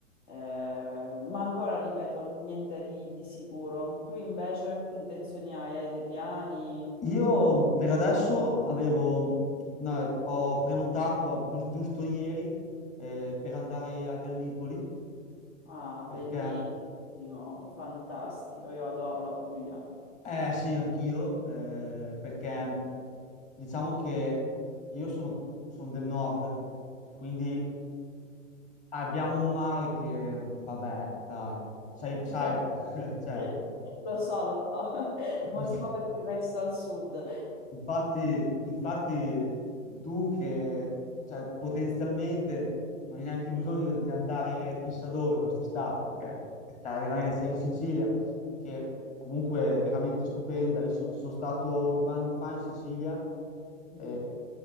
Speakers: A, on the left; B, on the left.
A: Eh, ma ancora, ripeto, niente di, di sicuro. Tu invece che intenzioni hai? Hai dei piani?
B: Io per adesso avevo, no, ho prenotato a- gius- giusto, ieri eh, per andare a Gallipoli
A: Ah,
B: perché,
A: bellissimo, fantastico, io adoro la Puglia.
B: eh sì, anch'io, eh, perché diciamo che io sono sono del nord, quindi Abbiamo un mare che, vabbè, dai, sai, sai,
A: <laughs>
B: <laughs> cioè,
A: Lo so, lo so, <laughs> il motivo
B: non si-
A: per cui resto al sud.
B: infatti, infatti tu che, cioè, potenzialmente non hai neanche bisogno di andare chissà dove quest'estate, perché, cioè, veramente sei in Sicilia, che comunque è veramente stupenda. Io so- ci sono stato due anni fa in Sicilia, e
A: Mm.